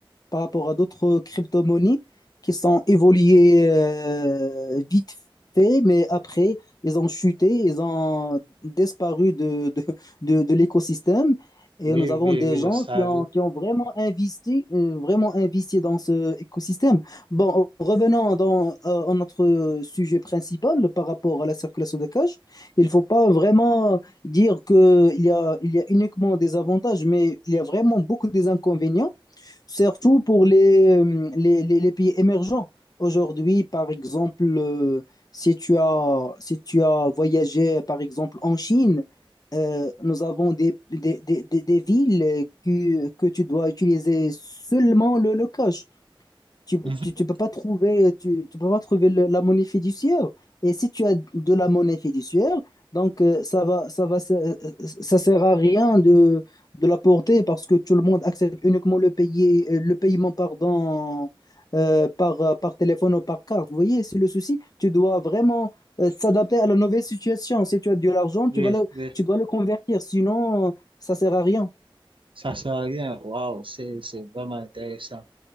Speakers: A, on the left (about 45°); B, on the right (about 65°).
A: par rapport à d'autres crypto-monnaies qui sont évoluées euh, vite fait, mais après, ils ont chuté, ils ont disparu de, de, de, de l'écosystème. Et
B: Oui,
A: nous
B: oui,
A: avons des
B: oui,
A: gens
B: ça
A: qui
B: arrive.
A: ont, qui ont vraiment investi, euh, vraiment investi dans ce écosystème. Bon, revenons dans, euh, à notre sujet principal par rapport à la circulation de cash. Il ne faut pas vraiment dire qu'il y a, il y a uniquement des avantages, mais il y a vraiment beaucoup des inconvénients surtout pour les, euh, les, les- les pays émergents. Aujourd'hui, par exemple, euh, si tu as, si tu as voyagé, par exemple, en Chine, euh, nous avons des, des, des, des- des villes qui- que tu dois utiliser seulement le, le cash tu,
B: <laughs>
A: tu, tu peux pas trouver, tu, tu peux pas trouver le- la monnaie fiduciaire. Et si tu as de la monnaie fiduciaire, donc euh, ça va, ça va, ça euh, ça, sert à rien de, de la porter parce que tout le monde accepte uniquement le payer, euh, le paiement, pardon, euh, par, euh, par téléphone ou par carte. Vous voyez, c'est le souci. Tu dois vraiment euh, s'adapter à la nouvelle situation. Si tu as de l'argent, tu
B: Oui,
A: vas le,
B: oui,
A: tu dois le convertir. Sinon, euh, ça sert à rien.
B: ça sert à rien. Waouh, c'est, c'est vraiment intéressant.